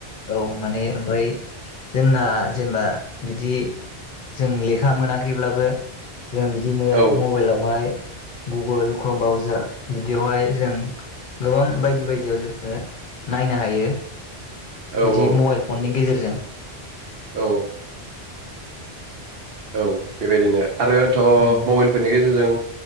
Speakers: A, on the left; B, on the right.
A: औ माने ओमफाय जोंना जेनेबा बिदि जों लेखा खा मोनाखैब्लाबो जों बिदिनो
B: औ
A: मबाइलावहाय गुगोल क्रमबावजार बिदियावहाय जों गोबां बायदि बायदियाव जोङो नायनो हायो।
B: औ
A: बिदि
B: औ
A: मबाइल फननि गेजेरजों
B: औ औ बेबायदिनो। आरो थ
A: उम
B: मबाइलफोरनि गेजेरजों